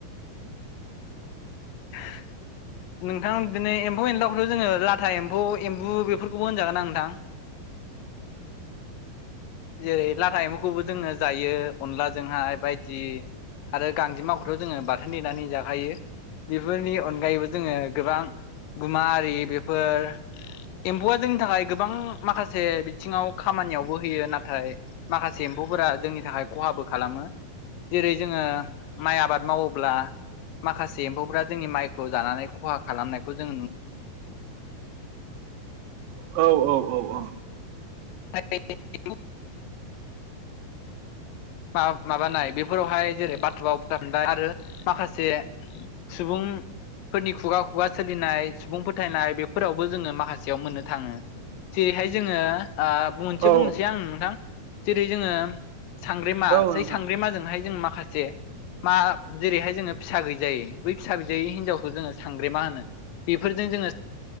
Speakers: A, on the left (about 80°); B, on the right (about 80°).
A: <inaudible> नोंथां बिदिनो एम्फौ एनलाखौथ' जोङो लाथा एम्फौ एम्बु बेफोरखौबो होनजागोन ना नोंथां? जेरै लाथा एम्फौखौबो जोङो जायो अनला जोंहाय बायदि आरो गांजेमाखौथ' जोङो बाथोन देनानै जाखायो। बेफोरनि अनगायैबो जोङो गोबां गुमा आरि बेफोर एम्फौआ जोंनि थाखाय गोबां माखासे बिथिङाव खामानियावबो होयो ना थाय माखासे एम्फौफोरा जोंनि थाखाय खहाबो खालामो। जेरै जोङो माइ आबाद मावोब्ला माखासे एम्फौफोरा जोंनि माइखौ जानानै ख'हा खालामनायखौ जों नु
B: औ औ औ औ
A: <unintelligible> मा माबानाय बेफोरावहाय जेरै <unintelligible> फाबनाय आरो माखासे सुबुं फोरनि खुगा खुगा सोलिनाय सुबुं फोथायनाय बेफोरावबो जोङो माखासेयाव मोननो थाङो। जेरैहाय जोङो ओ बुंनोसै
B: औ
A: बुंनोसै आं नोंथां जेरै जोङो सांग्रेमा
B: औ
A: सै
B: नोंथां
A: सांग्रेमाजोंहाय जों माखासे मा जेरैहाय जोङो फिसा गैजायै बै फिसा गैजायै हिनजावखौ जोङो सांग्रेमा होनो। बेफोरजों जोङो